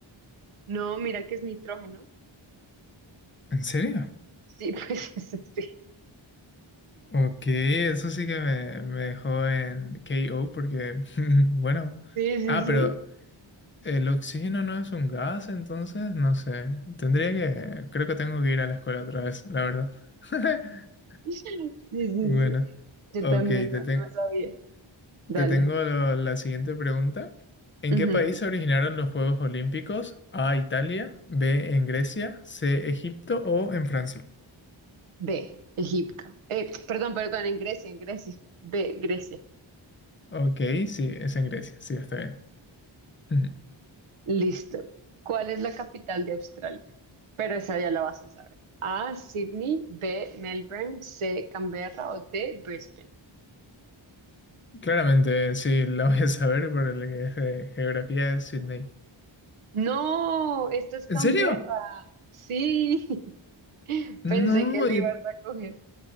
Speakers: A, on the right; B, on the left.
A: No, mira que es nitrógeno.
B: ¿En serio?
A: Sí, <laughs> pues eso sí.
B: Ok, eso sí que me, me dejó en KO porque, <laughs> bueno,
A: Sí, sí,
B: ah,
A: sí.
B: pero el oxígeno no es un gas, entonces, no sé, tendría que, creo que tengo que ir a la escuela otra vez, la verdad. <laughs>
A: Sí, sí,
B: Bueno,
A: sí. Yo
B: ok,
A: también
B: te,
A: no,
B: te-
A: no sabía. Dale.
B: te tengo lo- la siguiente pregunta. ¿En
A: Ujú.
B: qué país se originaron los Juegos Olímpicos? A, Italia, B, en Grecia, C, Egipto o en Francia.
A: B, Egipto. Eh, perdón, perdón, en Grecia, en Grecia. B, Grecia.
B: Ok, sí, es en Grecia, sí, está bien. <laughs>
A: Listo. ¿Cuál es la capital de Australia? Pero esa ya la vas a saber. A, Sydney, B, Melbourne, C, Canberra o D, Brisbane.
B: Claramente, sí, la voy a saber por el que es de geografía de Sydney.
A: No, esta es Canberra.
B: ¿En serio?
A: Sí, <laughs>
B: No,
A: pensé que le
B: y-
A: ibas a coger.